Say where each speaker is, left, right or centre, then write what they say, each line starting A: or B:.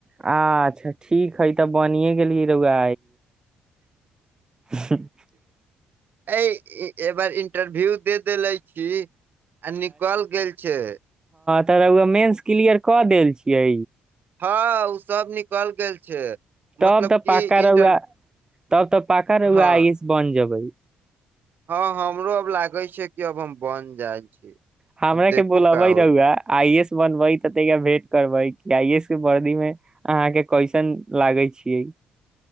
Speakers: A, on the right; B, on the right.
A: अच्छा ठीक है तऽ बनिे गेलिय रौगा <unintelligible>
B: अ एबार इंटरव्यू दे देले छी। आ निकल गेल छै।
A: त उ मेंस क्लियर कऽ देल छियै
B: हँ ओ सब निकल गेल छै
A: तब
B: मतलब
A: तऽ
B: कि
A: पक्का
B: इंटर
A: रौआ तब तऽ पाका र
B: हँ
A: उ आइस बन जेबै
B: हँ हमरो अब लागे छै कि अब हम बन जाय छी
A: हमरा
B: अब देखू
A: के बोला
B: का
A: भइ
B: होइ
A: रहआ आइ एस बनबै त ता भेंट करबै आइ एस के वर्दी मे अहाँ के कैसन लागे छियै